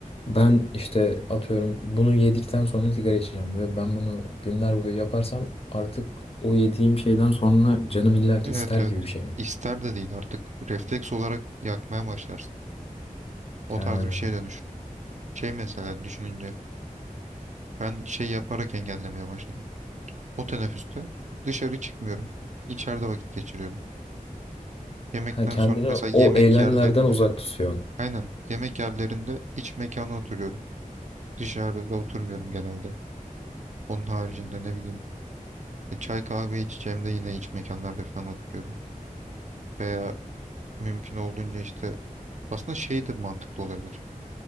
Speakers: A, on the left (about 45°); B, on the right (about 55°).
A: ben işte atıyorum bunu yedikten sonra sigara içeceğim ve ben bunu günler boyu yaparsam artık o yediğim şeyden sonra canım illaki
B: Evet
A: ister
B: evet.
A: gibi bir şey mi?
B: İster de değil artık refleks olarak yakmaya başlarsın. O
A: Ha.
B: tarz bir şeye dönüşür. Şey mesela düşününce ben şey yaparak engellemeye başladım. O teneffüste dışarı çıkmıyorum. İçeride vakit geçiriyorum. Yemekten
A: Ha, kendini
B: sonra mesela yemek
A: o eylemlerden
B: yerlerinde
A: uzak tutuyorsun.
B: aynen yemek yerlerinde iç mekana oturuyorum. Dışarıda oturmuyorum genelde. Onun haricinde ne bileyim e, çay kahve içeceğim de yine iç mekanlarda falan oturuyorum. Veya mümkün olduğunca işte Aslında şey de mantıklı olabilir.